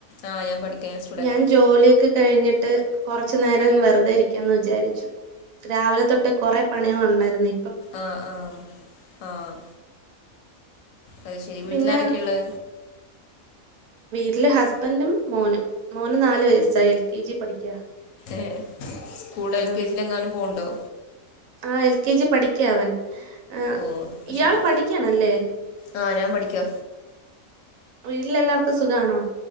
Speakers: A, on the left; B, on the right.
A: ആഹ് ഞാൻ പഠിക്കാ സ്റ്റുഡന്റാ
B: ഞാൻ ജോലിയൊക്കെ കഴിഞ്ഞി ട്ട് കൊറച്ചു നേരം വെറുതെ ഇരിക്കാന്ന് വിചാരിച്ചു രാവിലെ തൊട്ട് കൊറേ പണികൾ ഉണ്ടായിരുന്നെ
A: ആഹ് ആഹ് ആഹ് അത് ശെരി വീട്ടിലാരൊക്കെയുള്ളെ?
B: പിന്നെ ട്ടില് ഹസ്ബന്റും മോനും മോന് നാലു വയസ്സായി എൽ കെ ജി പഠിക്കാ
A: ഏ സ്കൂൾ
B: ആ
A: എൽ കെ ജിൽ എങ്ങാനും പോവുണ്ടോ?
B: ആ എൽ കെ ജി പഠിക്കാ അവൻ ആ
A: ഓഹ് അത്
B: ഇയാള്
A: ശരി
B: പഠിക്കാണല്ലേ?
A: ആഹ് ഞാൻ പഠിക്കാ
B: വീട്ടിലെല്ലാർക്കും സുഖാണോ?